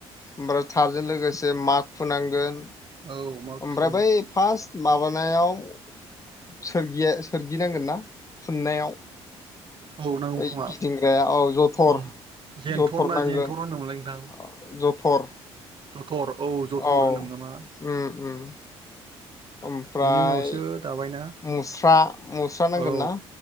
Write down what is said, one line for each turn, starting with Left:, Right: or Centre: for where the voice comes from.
Left: ओमफ्रा थारजों लोगोसे माखु नांगोन।
Right: औ माखु
Left: ओमफ्राय बै फार्स माबानायाव सोरगिया सोरगिनांगोन ना फुननायाव।
Right: औ नांगौ
Left: बै
Right: खोमा
Left: गिदिंग्राया औ जथर
Right: उम जेनथर
Left: जथर
Right: ना
Left: नांगोन
Right: जेनथर होनोमोनलाय नोंथां
Left: आ जथर
Right: जथर औ जथर
Left: औ
Right: होनोमोन नामा
Left: उम ओमफ्राय
Right: बिनि उनावसो दाबायना
Left: मुस्रा मुस्रा नांगोन
Right: औ
Left: ना